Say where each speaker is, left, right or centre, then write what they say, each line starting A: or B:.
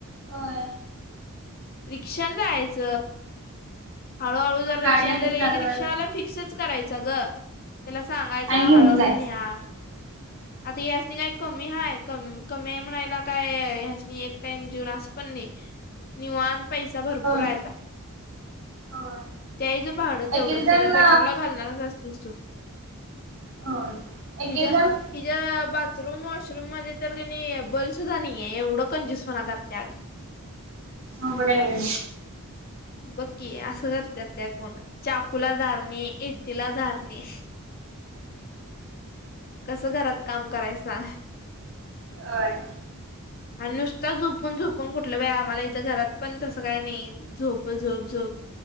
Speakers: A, on the right (about 60°); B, on the left (about 40°).
A: होय
B: रिक्षान जायच हळूहळू
A: होय
B: जरा
A: गाडी
B: रिक्षा
A: आता
B: वाल्याला
A: चालवायला
B: एक रिक्षाला फिक्सच करायचं ग. त्याला सांगायचं
A: आणि घेऊन
B: हळूहळू
A: जायचं
B: न्या.
A: <inaudible>
B: आता ह्यासनी काय कमी हाय क कमी हाय म्हणायला काय ह्यासनी एक टाइम जीऊन असं पण नाही निवांत पैसा भरपूर
A: होय
B: आहे आता.
A: होय!
B: द्यायचं भाडं तेवढंच
A: एक एक जण
B: त्याला पेट्रोलला घालणार असतीस तु.
A: होय एक
B: हीज्या
A: एक जण
B: हीज्या बा बाथरूम वॉशरूम मध्ये किनाय बलसुद्धा नाहीये एवढं कंजूसपणा करत्यात.
A: अवघड आहे बाई!
B: बघ की असं जर करत्यात काय कोण चाकूला धार नाय इळतीला धार नाही. कसं घरात काम करायचा?
A: होय!
B: आणि नुसता झोपून झोपून कुठलं व्यायामाला इथं घरात पण तसं काय नाही. झोप झोप झोप